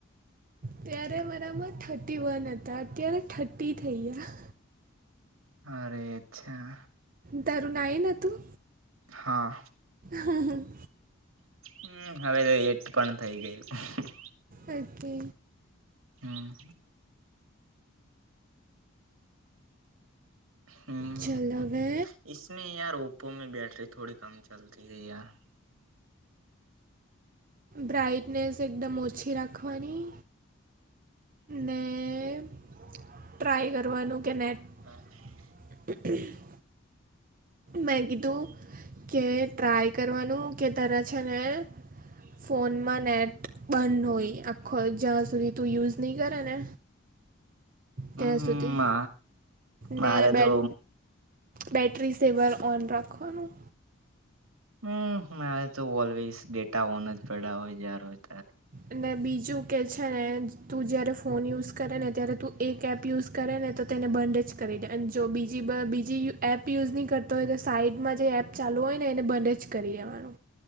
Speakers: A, on the right; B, on the right.
A: ત્યારે મારામાં થર્ટી વન હતા અત્યારે થર્ટી થઈ ગયા
B: અરે અચ્છા
A: તારુ નાઈન હતું
B: હા
A: હમ હ
B: હમ હવે તો એઈટ પણ થઈ ગયું
A: ઓકે
B: હમ હમ
A: ચલ હવે
B: હસમે યાર ઓપો મે બેટરી થોડી કમ ચલતી હૈ યાર
A: બ્રાઇટનેસ એકદમ ઓછી રાખવાની, ને ટ્રાય કરવાનું કે નેટ.
B: હ <inaudible>
A: <inaudible> મેં કીધું કે ટ્રાય કરવાનું કે તારે છે, ને ફોનમાં નેટ બંધ હોય, આપ ખોલ જ્યાં સુધી તું યુઝ નહીં કરે ને ત્યાં
B: હમ
A: સુધી, ને
B: મારે
A: બેટ
B: તો
A: બેટરી સેવર ઓન રાખવાનું,
B: હું મારે તો ઓલવેઝ ડેટા ઓન જ પડ્યા હોય, જ્યારે હોય ત્યારે.
A: અને બીજું કે છે. છે, નેતું જ્યારે ફોન યુઝ કરેને ત્યારે તું એકએપ યુઝ કરે નેતો તેને બંધ જ કરીદે. અને જો બીજી બ બીજી એપ યુઝ નહીં કરતો, હોય તો સાઈડમાં જે એપ ચાલુ હોયને. એને બંધજ કરી દેવાનું